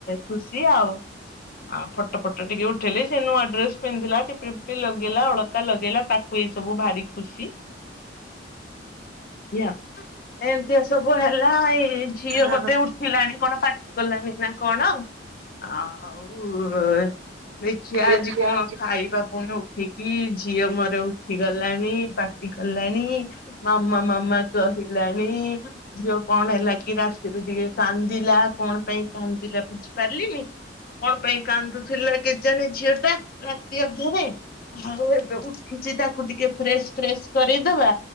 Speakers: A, on the left; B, on the right.
A: ଖୁସି ଆଉ ଫଟ ଫଟ ଫଟ ଟିକେ ଉଠେଇଲି ସେ ନୂଆ ଡ୍ରେସ ପିନ୍ଧିଲା ଟିିପି ଟିପି ଟିକେ ଲଗେଇଲା ଅଳତା ଲଗେଇଲା। ତାକୁ ଏ ସବୁ ଭାରି ଖୁସି ଧ୍ୟା ଏମିତିଆ ସବୁ ହେଲା ଏଇ ଝିଅ
B: ହଁ।
A: ବୋଧେ ଉଠ ଉଠିଲାଣି କଣ ପାଟି କଲାଣି ନା କଣ ଆଉ। ଆଉ ଦେଖିବା
B: ଠିକ
A: ଆଜି
B: ଅଛି
A: କଣ ଖାଇବା ପୁଣି ଉଠ ଉଠିକି ଝିଅ ମୋର ଉଠି ଗଲାଣି ପାଟି କଲାଣି ମାମା ମାମା କହିଲାଣି ଝିଅ କଣ ହେଲା କି ରାତିରୁ ଟିକେ କାନ୍ଦିଲା କଣ ପାଇଁ କାନ୍ଦିଲା ବୁଝିପାରିଲିନି। କଣ ପାଇଁ କାନ୍ଦୁଥିଲା କେଜାଣି ଝିଅଟା ରାତି ଅଧରେ। ଆଉ ଏବେ ଉଠିଛି ତାକୁ ଟିକେ ଫ୍ରେଶ ଫ୍ରେଶ କରେଇଦବା।